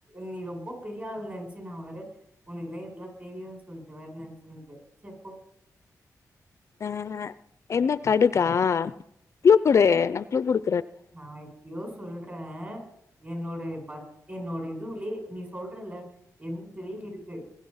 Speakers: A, on the right (about 30°); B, on the left (about 50°).
A: நீ ரொம்ப பெரிய ஆள் நெனச்சு நா வேர உனக்குமே இதல்லா தெரியுன் சொல்ட்டு வேர நெனச்சுனுந்தெ சே போ
B: ஆ அ என்ன கடுகா ஃக்ளூ குடு நா ஃக்ளூ குடு
A: நா எப்பயோ சொல்றே என்னோட் டே பாத் என்னோட இதுவுலே நீ சொல்றல என்துலேயுருக்கு